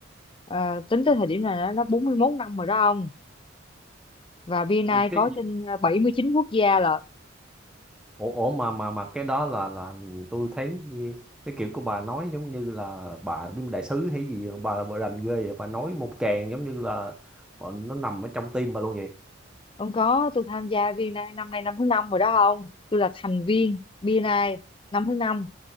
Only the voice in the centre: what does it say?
Ừ,
Cái
Ủa, ủa mà mà mà cái đó là là tôi thấy cái kiểu của bà nói giống như là bà đi đại sứ hay gì bà bà rành ghê vậy bà nói một tràng giống như là ờ, nó nằm ở trong tim bà luôn vậy